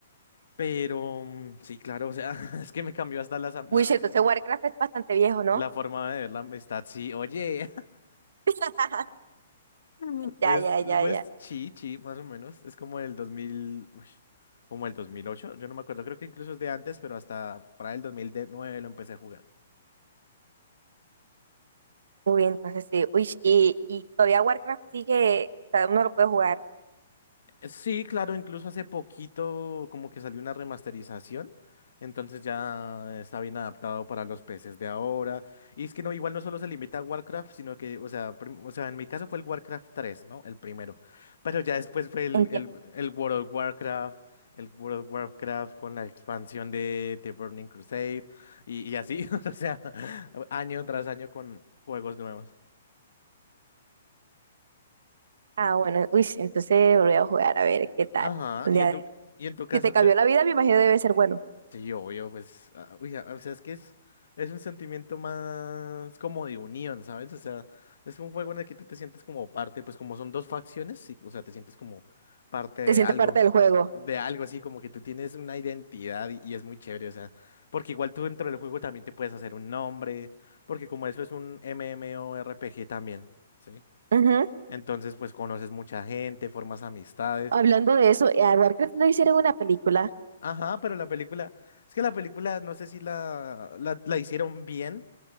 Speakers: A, on the left; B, on the right.
A: Pero, mm, sí, claro, o sea, <laughs> es que me cambió hasta la,
B: uy
A: la,
B: sí, entonces
A: eh,
B: Warcraft es bastante viejo, ¿no?
A: la forma de ver la amistad. Sí, oye.
B: <laughs>
A: <laughs> Pues,
B: Ya, ya, ya,
A: pues,
B: ya.
A: sí, sí, más o menos. Es como el 2000, uy, como el 2008. Yo no me acuerdo, creo que incluso es de antes, pero hasta para el 2009 lo empecé a jugar.
B: Uy, entonces sí. Uy, y, y todavía Warcraft sigue, o sea, uno lo puede jugar.
A: Sí, claro, incluso hace poquito como que salió una remasterización, entonces ya está bien adaptado para los PCs de ahora. Y es que no, igual no solo se limita a Warcraft, sino que, o sea, prim- o sea, en mi caso fue el Warcraft 3, ¿no? El primero. Pero ya después fue el,
B: Entiendo.
A: el, el World of Warcraft, el World of Warcraft con la expansión de The Burning Crusade y, y así, <laughs> o sea, año tras año con juegos nuevos.
B: Ah, bueno,
A: Y-
B: uy, sí, entonces volví a jugar a ver qué tal.
A: ajá,
B: Un
A: y
B: día
A: en tu,
B: de-
A: y en tu caso,
B: Si te cambió la vida, me imagino debe ser bueno.
A: Sí, obvio, pues, ah, uy, ah, o sea, es que es, es un sentimiento más como de unión, ¿sabes? O sea, es un juego en el que tú te sientes como parte, pues como son dos facciones, sí, o sea, te sientes como parte de
B: Te sientes
A: algo,
B: parte del juego.
A: de algo así, como que tú tienes una identidad y, y es muy chévere, o sea, porque igual tú dentro del juego también te puedes hacer un nombre, porque como eso es un MMORPG también, ¿sí?
B: Ujú.
A: Entonces, pues conoces mucha gente, formas amistades.
B: Hablando de eso, eh, a Warcraft no hicieron una película.
A: Ajá, pero la película, es que la película no sé si la, la, la hicieron bien